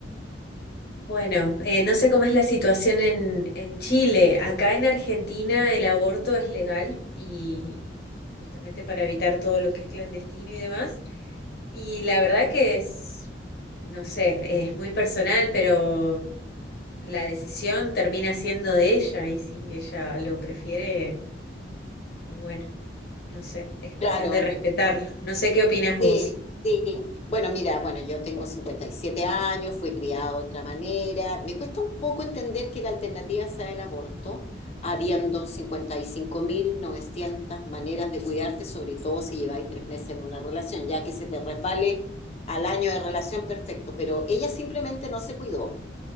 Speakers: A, on the left (about 60°); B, on the left (about 35°).
A: Bueno, eh, no sé cómo es la situación en, en Chile. Acá en Argentina el aborto es legal y justamente para evitar todo lo que es clandestino y demás. Y la verdad que es, no sé, es muy personal, pero la decisión termina siendo de ella y si ella lo prefiere, y bueno, no sé, es cuestión
B: Claro,
A: de respetarla. No sé qué opinás vos.
B: Sí, sí. Bueno, mira, bueno, yo tengo 57 años, fui criada de otra manera. Me cuesta un poco entender que la alternativa sea el aborto, habiendo
A: Ujú,
B: 55.900 maneras de cuidarte, sobre todo si lleváis tres meses en una relación, ya que se te resbale al año de relación, perfecto. Pero ella simplemente no se cuidó